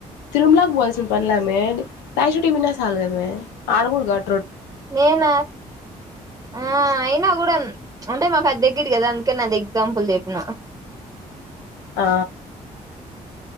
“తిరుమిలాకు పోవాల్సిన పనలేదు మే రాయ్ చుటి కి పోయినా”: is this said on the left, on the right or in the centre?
Left